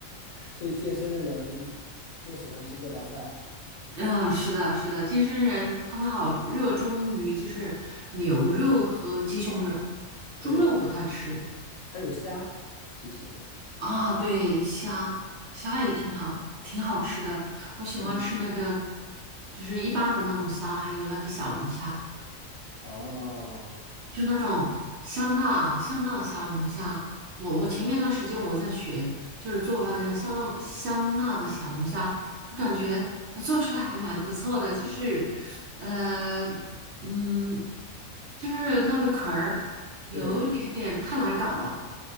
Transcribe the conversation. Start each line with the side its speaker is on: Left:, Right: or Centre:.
Left: 所以健身的人都喜欢吃这道菜。
Right: 嗯，是的，是的，健身人他们好热衷于就是牛肉和鸡胸肉，猪肉不太吃。
Left: 对，还有虾，其实，
Right: 啊，对，虾虾也挺好，挺好吃的。我喜欢吃那个，
Left: 嗯，
Right: 就是一般的那种虾，还有那个小龙虾，
Left: 哦，
Right: 就是那种香辣香辣小龙虾。我我前面段时间我在学，就是做那个香辣香辣的小龙虾，
Left: 哦，
Right: 我感觉我做出来还蛮不错的，
Left: 嗯，
Right: 就是呃嗯，就是那个壳儿有一点点太难搞了。
Left: 对，